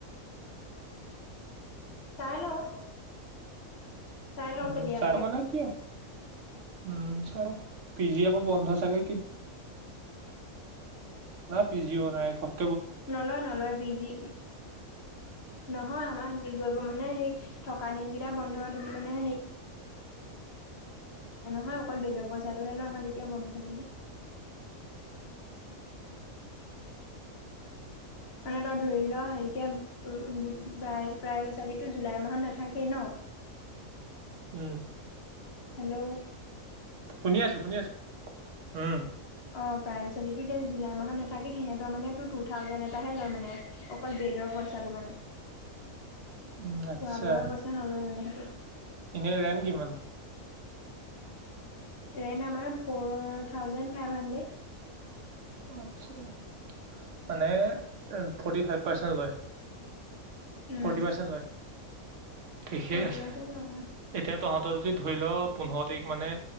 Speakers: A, on the left; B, on the right.
A: চাই লওঁ। চাই লওঁ
B: উম
A: কেতিয়া
B: ছাৰ মানে কি উম চাওঁ, পি জি আকৌ বন্ধ চাগে পি জি বনাই খাওঁ
A: নলয়, নলয়, পিজি, নহয় আমাৰ মানে হেৰি, থকা দিনকেইটা বন্ধ থাকিলে মানে হেৰি অকল বেদৰ পইচাটো হে লয় আমাৰ তেতিয়া বন্ধ থাকিলে মানে তই ধৰি ল এতিয়া উম প্ৰায় প্ৰায় ল'ৰা-ছোৱালীতো জুলাই মাহত নাথাকেই ন। <inaudible>
B: উম!
A: হেল্ল' <unintelligible>
B: শুনি আছো, শুনি আছো উম। <unintelligible>
A: অ'! প্ৰায় ল'ৰা-ছোৱালীটো, এতিয়া জুলাই মাহত নাথাকে। সিহঁতৰ মানে, টু থাউজেণ্ড এটাহে লয় মানে। অ' অকল বেডৰ পইচাটো মানে।
B: উম
A: খোৱা-বোৱাৰ
B: আচ্ছা
A: পইচা নলয় মানে সেইটো।
B: এনে ৰেন্ট কিমান?
A: ৰেণ্ট আমাৰ ফ'ৰ থাউজেণ্ড, ফাইভ হাণ্ড্ৰেড।
B: <unintelligible> আচ্ছা, আচ্ছা। মানে, ফৰ্টি ফাইভ পাৰ্চেণ্ট লয়।
A: উম,
B: ফৰ্টি পাৰ্চেণ্ট লয়? ঠিকেই
A: ফৰ্টি
B: আছে।
A: পাৰ্চেণ্ট লয় অ',
B: এতিয়া তহঁতৰ যদি ধৰি ল', পোন্ধৰ তাৰিখ মানে,